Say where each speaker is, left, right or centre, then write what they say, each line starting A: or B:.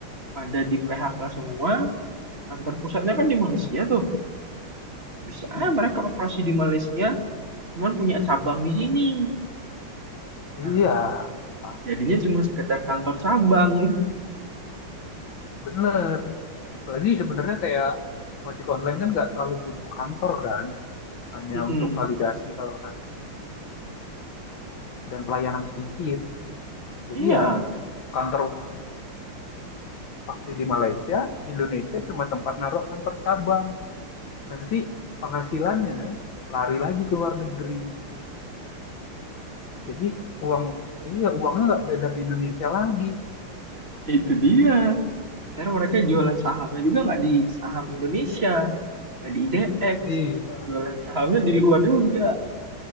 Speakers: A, on the right; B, on the left.
A: pada di PHK semua, kantor pusatnya kan di Malaysia tuh. Bisa
B: Mm.
A: aja mereka operasi di Malaysia, cuman punya cabang di sini. Nah,
B: Iya, pasti.
A: jadinya cuma sekedar kantor cabang.
B: Bener. Apalagi sebenarnya kayak ojek online kan nggak terlalu butuh kantor kan, hanya
A: <laughs> Mm-mm.
B: untuk validasi kalau ada. dan pelayanan sedikit. Jadi
A: Iya,
B: ya kantor utama pasti di Malaysia, Indonesia cuma tempat naruh kantor cabang. Nanti penghasilannya lari lagi ke luar negeri. Jadi uang iya uangnya nggak beredar di Indonesia lagi.
A: itu dia. Karena mereka jualan sahamnya juga nggak di saham Indonesia, nggak di IDX,
B: Iya,
A: jualan sahamnya di
B: betul.
A: luar juga.